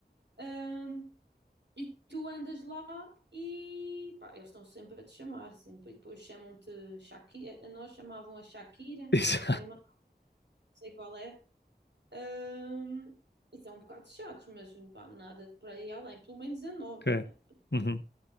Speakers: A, on the right (about 85°); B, on the left (about 80°).
A: Hum, e tu andas lá e pá, eles estão sempre a te chamar, sempre. E depois chamam-te Shakira. A nós chamavam a Shakira,
B: <laughs> Isso.
A: pá, e mais não sei qual é. Ahm, e são um bocado chatos, mas pá, nada de por aí além, pelo menos a nós,
B: Ok.
A: não é?
B: Uhum.